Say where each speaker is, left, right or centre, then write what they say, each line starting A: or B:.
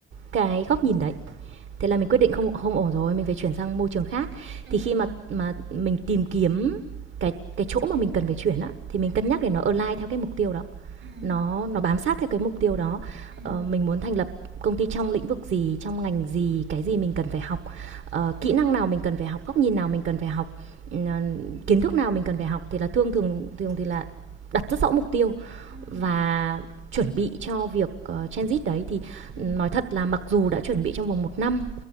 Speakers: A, on the right (about 70°); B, on the right (about 90°).
A: cái góc nhìn đấy thế là mình quyết định không không ổn rồi mình phải chuyển sang môi trường khác
B: ừ ừ
A: thì khi mà mà mình tìm kiếm cái cái chỗ mà mình cần phải chuyển á thì
B: ừ
A: mình cân nhắc để nó align theo cái mục tiêu đó
B: ừ
A: nó nó bám sát theo cái mục tiêu đó
B: ừ
A: ờ, mình muốn thành lập công ty trong lĩnh vực gì trong ngành gì cái gì mình cần phải học ờ, kỹ năng nào mình cần phải học góc nhìn nào mình cần phải học ừ, ờ, kiến thức nào mình cần phải học thì là thường thường thường thì là đặt rất rõ mục tiêu
B: ừ
A: và chuẩn bị cho việc ờ, transit đấy thì
B: ừ
A: ừ, nói thật là mặc dù đã chuẩn bị trong vòng một năm